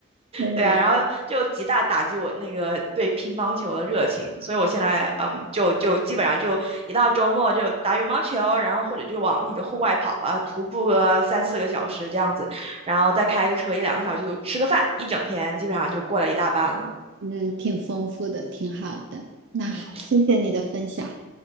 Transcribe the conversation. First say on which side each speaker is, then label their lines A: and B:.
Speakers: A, on the right; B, on the right.
A: 真有，
B: 对啊，然后就极大打击我那个对乒乓球的热情。所以我现在嗯，就就基本上就一到周末就打羽毛球，然后或者就往那个户外跑吧，徒步个三四个小时这样子，然后再开个车一两个小时就吃个饭，一整天基本上就过了一大半了。
A: 嗯，挺丰富的，挺好的。那好，
B: 嗯。
A: 谢谢你的分享。